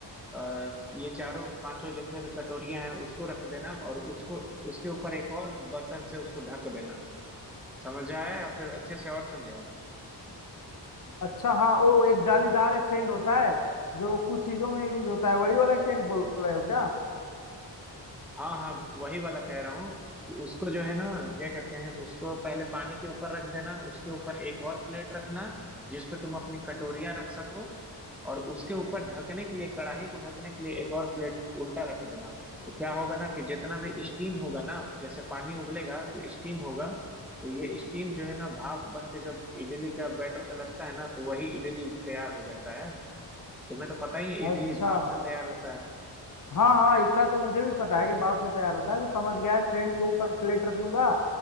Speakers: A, in the centre; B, on the left.
A: अ, ये चारों पांचों जितने भी कटोरियां हैं उसको रख देना और उसको उसके ऊपर एक और बर्तन से उसको ढक देना समझ आया या फिर अच्छे से और समझाऊं
B: अच्छा हाँ वो एक जालीदार स्टैंड होता है जो कुछ चीजों में यूज होता है वही वाला स्टैंड बोल रहे हो क्या
A: हाँ हाँ वही वाला कह रहा हूँ कि उसको जो है ना क्या कहते हैं उसको पहले पानी के ऊपर रख देना उसके ऊपर एक और प्लेट रखना जिस पे तुम अपनी कटोरियां रख सको और उसके ऊपर ढकने के लिए कढ़ाई को ढकने के लिए एक और प्लेट उल्टा रख देना तो क्या होगा ना कि जितना भी स्टीम होगा ना जैसे पानी उबलेगा तो स्टीम होगा तो ये स्टीम जो है ना भाप बन के जब इडली का बैटर पे लगता है ना तो वही इडली तैयार हो जाता है तुम्हें तो पता ही है, इडली
B: अच्छा
A: भाप से तैयार होता है
B: हाँ हाँ इतना तो मुझे भी पता है कि बाप से प्यार होता है तो समझ गया है ट्रेन के ऊपर प्लेट रख लूंगा